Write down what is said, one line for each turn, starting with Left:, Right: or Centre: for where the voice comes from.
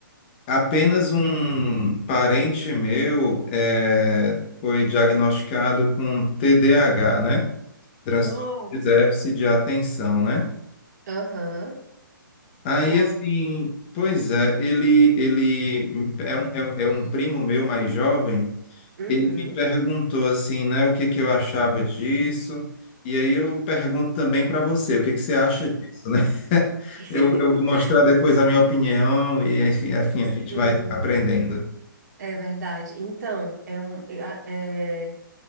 Left: apenas um parente meu é, foi diagnosticado com TDAH, né? Transtorno
Right: Nossa.
Left: de déficit de atenção, né?
Right: Aham.
Left: Aí
Right: Nossa.
Left: assim, pois é, ele ele é um, é, é um primo meu mais jovem,
Right: Uhum.
Left: ele me perguntou assim, né, o que que eu achava disso, e aí eu pergunto também para você, o que que você acha disso, né? <laughs>
Right: <laughs>
Left: Eu, eu vou mostrar depois a minha opinião e enfim, enfim,
Right: Sim,
Left: a gente vai aprendendo.
Right: é verdade. Então, é um, é